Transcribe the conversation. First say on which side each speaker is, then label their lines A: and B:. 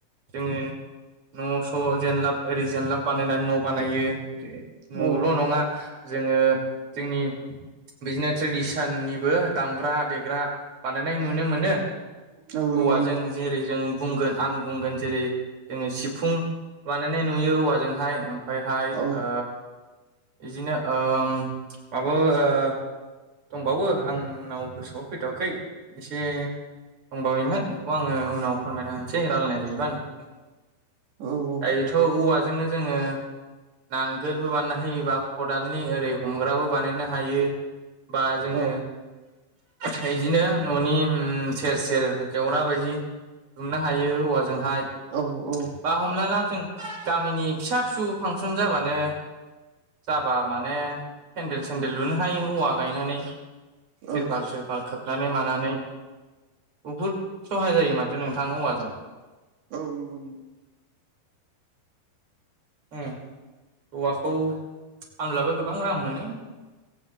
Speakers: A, on the right (about 35°); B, on the right (about 80°).
A: जोङो न' स' जेनलाब ओरै जेनलाब बानायनानै न' बानायो ओरो
B: औ
A: न'ल' नङा जोङो जोंनि बिदिनो ट्रेडिसननिबो दामग्रा देग्रा बानायनाय नुनो मोनो
B: औ नंगौ औ
A: औवाजों
B: नंगौ नंगौ
A: जेरै जों बुंगोन आं बुंगोन जेरै जोङो सिफुं बानायनाय नुयो औवाजोंहाय ओमफ्रायहाय
B: औ
A: ओ बिजिनो ओम माबो ओ दंबावो आंनाव गोसोआव फैथ'वाखै एसे दंबावैमोन बेखौ आङो उनाव फोरमायना होनोसै रायलायनाय जायोबा नोंथांजों
B: औ औ
A: दायोथ' औवाजोंनो जोङो नांगोलबो बानायना होयोबा खदालनि ओरै हमग्राबो बानायनो हायो बा जोङो
B: औ
A: बिदिनो न'नि उम सेर सेर जेवरा बायदि दुमनो हायो औवाजोंहाय
B: औ औ
A: बा हमना ला जों गामिनि फिसा फिसौ फांसन जाबानो जाबा माने फेन्देल सेन्देल लुनो हायो औवा गायनानै थिरफाल
B: औ
A: सिरफाल खोबनानै मानानै बहुद सहाय जायो मा नोंथां औवाजों
B: औ नंगौ नंगौ
A: उम औवाखौ फानब्लाबो गोबां रां मोनो